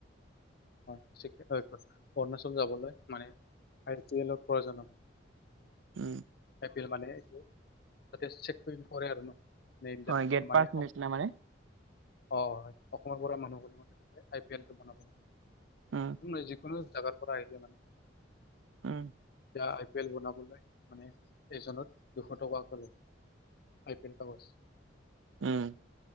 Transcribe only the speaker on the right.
উম।
হয়
গেট
পাছ নিচিনা
মানে
উম,
উম।
উম